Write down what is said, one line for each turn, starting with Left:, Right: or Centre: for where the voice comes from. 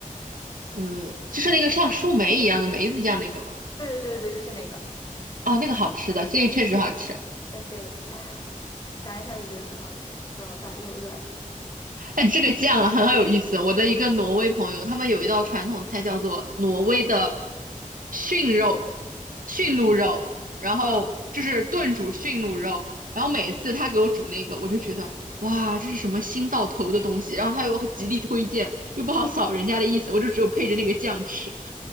Right: 嗯，呃就是那个像树莓一样的梅子酱那个嘛，
Left: 对对对对对，就是那个，
Right: 啊，那个好吃的，这个确实好吃。
Left: 呃，对啊，想一想就觉得很好吃，怎么办？又饿了。
Right: <laughs> 哎，这个酱啊很有意思哦。我的一个挪威朋友，他们有一道传统菜叫做挪威的驯肉、驯鹿肉，然后就是炖煮驯鹿肉。
Left: 哦
Right: 然后每次他给我煮那个，我就觉得哇，这是什么新到头的东西。然后他又很极力推荐，又不好扫人家的意思，我就只有配着那个酱吃。